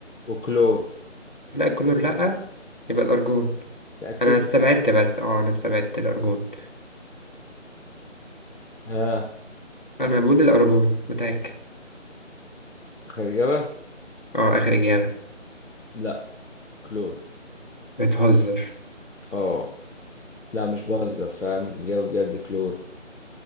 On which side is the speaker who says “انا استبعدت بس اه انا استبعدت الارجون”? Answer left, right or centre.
Left